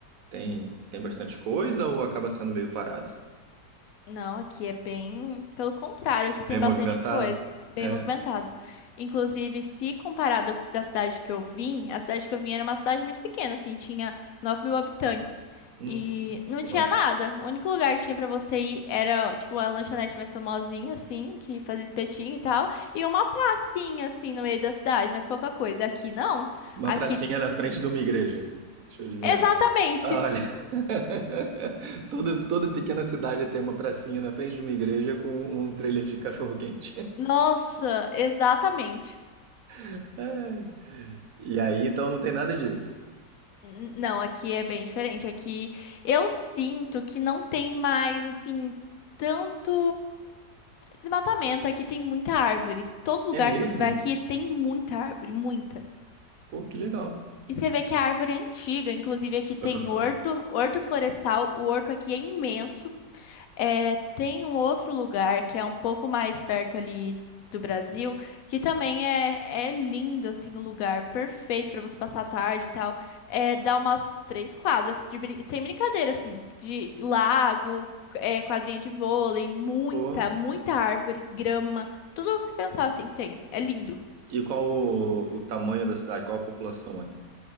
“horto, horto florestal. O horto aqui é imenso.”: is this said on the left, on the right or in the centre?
Left